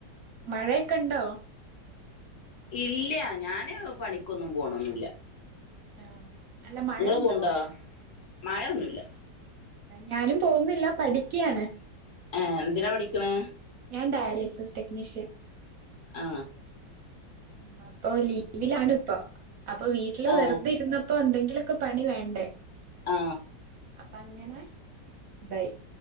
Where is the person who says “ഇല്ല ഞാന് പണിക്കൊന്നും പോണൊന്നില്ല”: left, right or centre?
Left